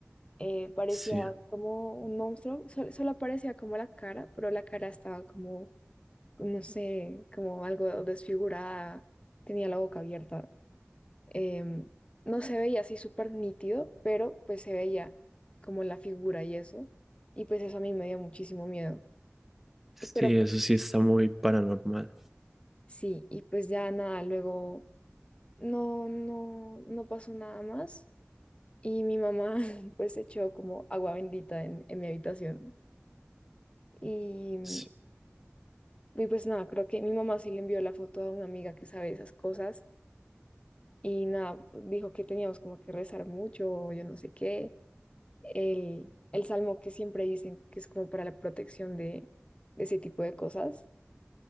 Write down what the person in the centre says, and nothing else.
Sí,
sí,
eso
sí está muy paranormal.
Sí,